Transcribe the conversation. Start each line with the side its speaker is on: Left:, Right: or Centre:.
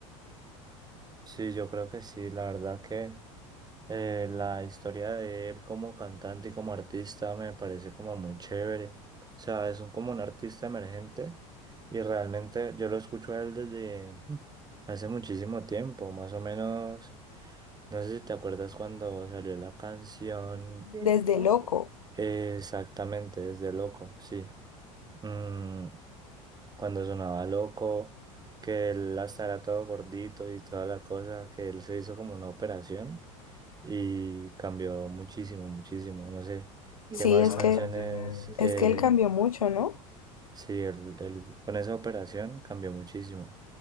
Right: Sí, yo creo que sí, la verdad que eh, la historia de él como cantante y como artista me parece como muy chévere. O sea, es un- como un artista emergente y realmente yo lo escucho a él desde mm, hace muchísimo tiempo, más o menos, no sé si te acuerdas cuando salió la canción De-
Left: Desde Loco,
Right: eh, exactamente, desde Loco, sí. Mm, cuando sonaba loco, que él hasta era todo gordito y toda la cosa, que él se hizo como una operación y cambió muchísimo, muchísimo. No sé qué
Left: sí,
Right: más
Left: es
Right: canciones,
Left: que, es
Right: eh,
Left: que él cambió mucho, ¿no?
Right: sí, él, él con esa operación cambió muchísimo,